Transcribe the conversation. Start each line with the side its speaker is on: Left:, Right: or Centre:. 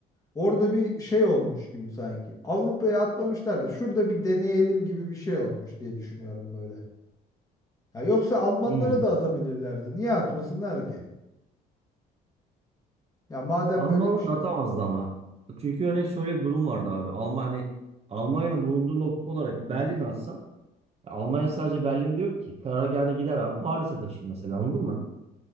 Left: orada bir şey olmuş gibi sanki. Avrupa'ya atlamışlar da şurada bir deneyelim gibi bir şey olmuş diye düşünüyorum böyle. Ya yoksa Almanlara
Right: Hmm.
Left: da atabilirlerdi. Niye atmasınlar ki? Ya madem
Right: Almanlar
Left: böyle bir şey
Right: atamazdı ama. Çünkü hani şöyle bir durum vardı abi. Alman hani Almanya'nın bulunduğu nokta olarak Berlin atsan ya Almanya sadece Berlin diyor ki. Karargahına gider abi Paris'e taşır mesela anladın mı?